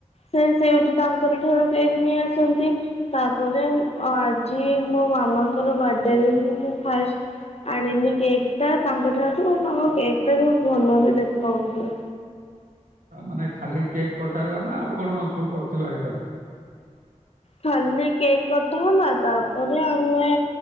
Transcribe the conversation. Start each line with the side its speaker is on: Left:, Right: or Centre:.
Left: ସେ ସେଇଠି ତାଙ୍କର ଠାରୁ କେକ୍ ନେଇ ଆସନ୍ତି ତାପରେ ଆଜି ମୋ ମାମାଙ୍କର ବାର୍ଥଡେରେ ହିଁ ମୁଁ ଫାଷ୍ଟ ଆଣିଲି କେକ୍। ତା ତାଙ୍କ ଠାରୁ ତାଙ୍କ କେକ୍ ଟା ବହୁତ ଭଲ ବି ଦେଖାଉଥିଲା।
Right: ଆଉ ମାନେ ଖାଲି କେକ୍ କଟା ହେଲା ନା ଆଉ କଣ ସବୁ କରୁଥିଲଥିଲା ଆଇଟମ।
Left: ଖାଲି କେକ୍ କଟା ହେଲା ତାପରେ ଆମେ